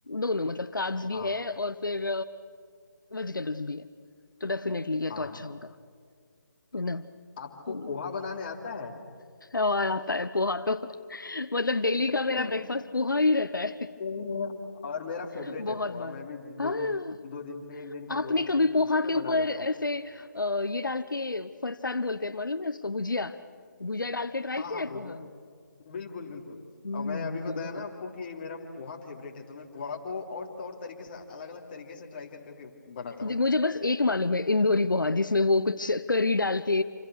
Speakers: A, on the left; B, on the left.
A: दोनों मतलब कार्ब्स भी
B: हाँ
A: है और फिर वेजिटेबल्स भी है तो डेफिनेटली ये
B: हाँ
A: तो अच्छा होगा है ना
B: आपको
A: हम्म।
B: पोहा बनाने आता है
A: और आता है पोहा तो मतलब डेली
B: <coughs>
A: का मेरा ब्रेकफास्ट पोहा ही रहता है
B: पोहा- और मेरा फेवरेट
A: <laughs> बहुत
B: है पोहा
A: बार
B: मैं भी
A: हाँ
B: दो दो दो दिन पे एक दिन पे
A: आपने
B: दो दिन
A: कभी
B: पे एक दिन
A: पोहा
B: पे मैं
A: के
B: बना
A: ऊपर
B: लेता
A: ऐसे
B: हूँ
A: अ, ये डाल के फरसान बोलते हैं मालूम है उसको भुजिया भुजिया डाल के ट्राई
B: हाँ
A: किया
B: हाँ
A: है
B: भुजिया
A: पोहा
B: बिल्कुल बिल्कुल
A: हम्म
B: और मैं अभी बताया
A: वो बहुत
B: ना आपको कि मेरा पोहा फेवरेट है तो मैं पोहा को और तौर तरीके से अलग अलग तरीके से ट्राई कर करके बनाता
A: जी,
B: हूँ
A: मुझे बस एक मालूम है इंदौरी पोहा जिसमें वो कुछ करी डाल के